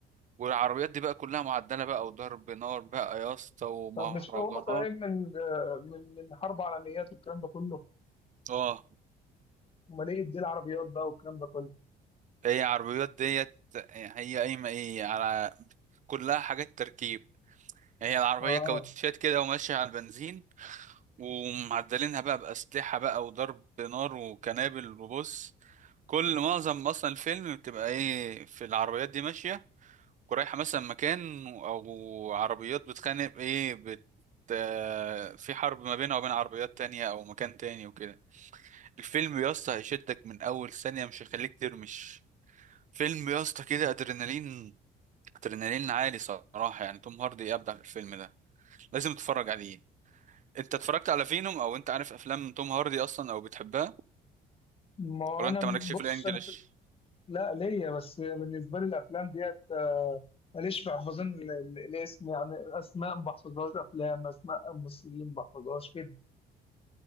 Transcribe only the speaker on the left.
طب مش هم طالعين من آه، من من حرب عالميات والكلام ده كله
امال ايه دي العربيات بقى والكلام ده كله
اه
ما هو
انا
بص
انا في... لا ليا بس بالنسبه لي الافلام ديت آه، ماليش في حفظان ال- ال- الاسم يعني اسماء ما بحفظهاش افلام اسماء ممثلين ما بحفظهاش كده